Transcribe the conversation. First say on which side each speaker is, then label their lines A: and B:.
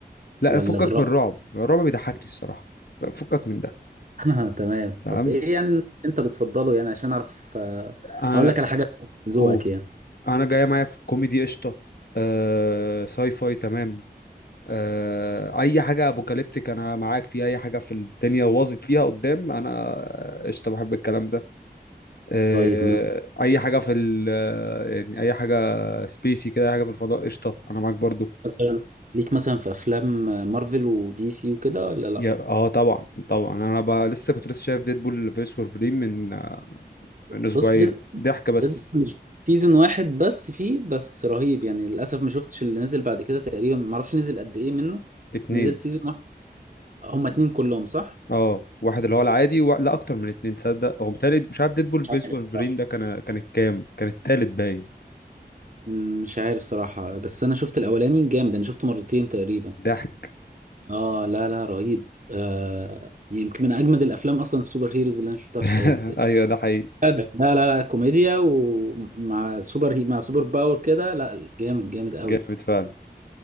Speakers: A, on the left; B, on the right.
A: لا
B: ولا
A: فكك
B: دراما
A: من الرعب الرعب بيضحكني الصراحه ف- فكك من ده
B: <laughs> تمام
A: تمام
B: طب ايه يعني اللي انت بتفضله يعني عشان اعرف آه،
A: انا
B: اقول لك على حاجه ذوقك
A: اوه
B: يعني
A: انا جاي معايا في كوميدي قشطه آه... ساي فاي تمام آه، اي حاجه ابوكاليبتيك انا معاك فيها اي حاجه في الدنيا باظت فيها قدام انا قشطه بحب الكلام ده آه،
B: طيب
A: اي حاجه في ال يعني اي حاجه سبيسي كده اي حاجه في الفضاء قشطه انا معاك برضو
B: مثلا ليك مثلا في افلام مارفل ودي سي وكده ولا لا
A: يا اه طبعا طبعا انا بقى لسه كنت لسه شايف ديدبول فيرس وولفرين من آه، من اسبوعين
B: بص ديد
A: ضحك بس
B: ديد سيزون واحد بس فيه بس رهيب يعني للاسف ما شفتش اللي نزل بعد كده تقريبا ما اعرفش نزل قد ايه منه
A: اتنين
B: نزل سيزون واحد هما اتنين كلهم صح
A: اه واحد اللي هو العادي و... لا اكتر من اتنين تصدق هو متهيألي مش عارف ديدبول
B: مش
A: فيرس
B: عارف
A: وولفرين
B: صراحة
A: ده كان كانت كام كان التالت باين
B: مم، مش عارف صراحة بس انا شفت الاولاني جامد انا شفته مرتين تقريبا
A: ضحك
B: اه لا لا رهيب آه يمكن من اجمد الافلام اصلا السوبر هيروز اللي انا شفتها
A: <laughs>
B: في حياتي تقريبا
A: ايوه ده حقيقي
B: لا ده- لا لا لا، كوميديا ومع سوبر هي مع سوبر باور كده لا جامد جامد قوي
A: جامد فعلا